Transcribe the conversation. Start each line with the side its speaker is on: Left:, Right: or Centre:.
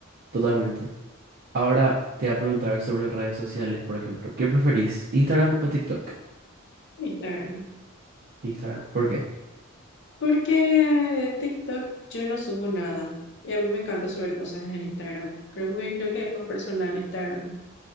Right: Totalmente. Ahora te voy a preguntar sobre redes sociales, por ejemplo. ¿Qué preferís? ¿Instagram o TikTok?
Left: Instagram.
Right: Instagram. ¿Por qué?
Left: Porque TikTok yo no subo nada. Y a mí me encanta subir cosas en Instagram. Creo que, creo que es más personal Instagram.